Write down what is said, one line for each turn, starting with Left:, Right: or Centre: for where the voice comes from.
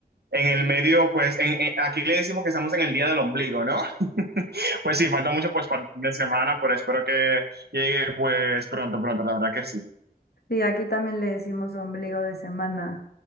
Right: en el medio, pues en, en- aquí le decimos que estamos en el día del ombligo, ¿no? <laughs> Pues sí, falta mucho pues para el fin de semana, pero espero que llegue pues pronto, pronto, la verdad que sí.
Left: Sí, aquí también le decimos ombligo de semana,